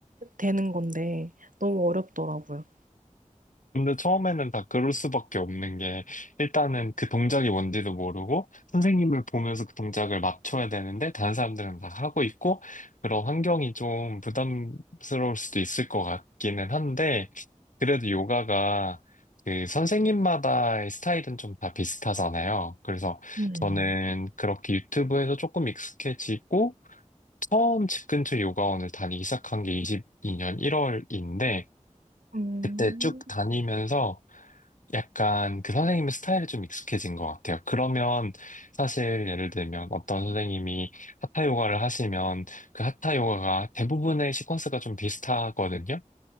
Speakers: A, on the right; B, on the left.
A: 되는 건데 너무 어렵더라고요.
B: 근데 처음에는 다 그럴 수밖에 없는 게, 일단은 그 동작이 뭔지도 모르고, 선생님을 보면서 그 동작을 맞춰야 되는데, 다른 사람들은 다 하고 있고, 그런 환경이 좀 부담스러울 수도 있을 것 같기는 한데, 그래도 요가가 그 선생님마다의 스타일은 좀 다 비슷하잖아요. 그래서
A: 음.
B: 저는 그렇게 유튜브에서 조금 익숙해지고, 처음 집 근처 요가원을 다니기 시작한 게 22년 1월인데,
A: 음,
B: 그때 쭉 다니면서 약간 그 선생님의 스타일이 좀 익숙해진 것 같아요. 그러면 사실 예를 들면 어떤 선생님이 하타 요가를 하시면 그 하타 요가가 대부분의 시퀀스가 좀 비슷하거든요.